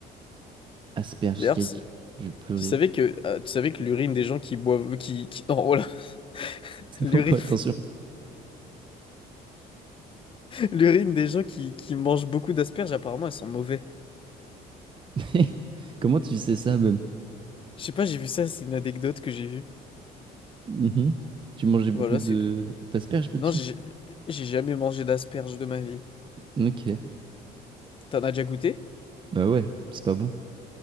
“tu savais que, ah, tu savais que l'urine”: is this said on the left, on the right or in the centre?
Left